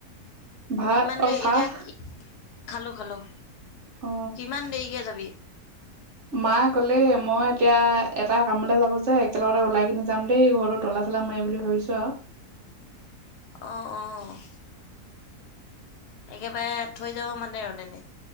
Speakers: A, on the right; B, on the left.
A: ভাত
B: কিমান
A: অ
B: দেৰি
A: চাহ
B: এতিয়া কি খালো -খালো
A: অ
B: কিমান দেৰিকে যাবি?
A: মায়ে ক'লে মই এতিয়া এটা কামলে যাব যে একেলগতে ওলাই কিনি যাম দেই ঘ <unintelligible> তলা চলা মাৰিবলে ভাবিছোঁ আও।
B: অ', অ', একেবাৰে থৈ যাব মানে ৰনেনে।